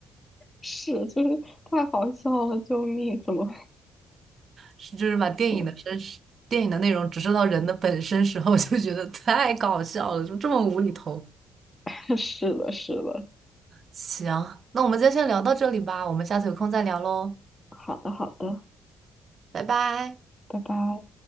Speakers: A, on the left (about 25°); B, on the right (about 50°).
A: 是，就是太好笑了，救命！怎么，
B: 是就是把电影的真实、
A: 嗯，
B: 电影的内容直射到人的本身时候，我就觉得太搞笑了，就这么无厘头。
A: <laughs> 是的，是的。
B: 行，那我们今天先聊到这里吧，我们下次有空再聊喽，
A: 好的，好的，
B: 拜拜。
A: 拜拜。